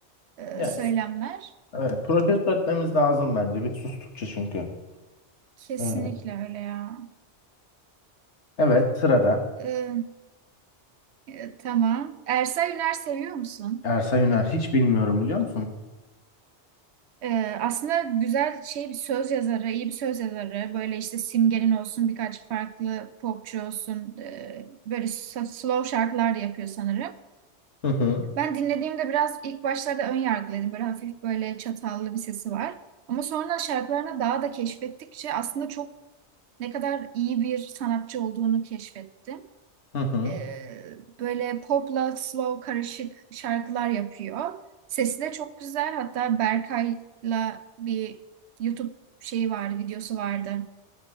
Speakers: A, on the right (about 75°); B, on the left (about 85°).
A: Ee,
B: Yani,
A: söylemler.
B: evet. Protesto etmemiz lazım bence. Bir sustukça çünkü.
A: Kesinlikle
B: Evet.
A: öyle ya.
B: Evet. Sırada
A: Ee, e, tamam. Ersel Üner seviyor musun?
B: Ersa Yüner. Hiç bilmiyorum biliyor musun?
A: Ee, aslında güzel şey bir söz yazarı, iyi bir söz yazarı. Böyle işte Simge'nin olsun, birkaç farklı popçu olsun. e, böyle s- slow şarkılar da yapıyor sanırım.
B: Hı hı.
A: Ben dinlediğimde biraz ilk başlarda ön yargılıydım. Böyle hafif böyle çatallı bir sesi var. Ama sonra şarkılarına daha da keşfettikçe aslında çok ne kadar iyi bir sanatçı olduğunu keşfettim.
B: Hı hı.
A: Ee, böyle popla slow karışık şarkılar yapıyor. Sesi de çok güzel. Hatta Berkay'la bir YouTube şeyi vardı, videosu vardı.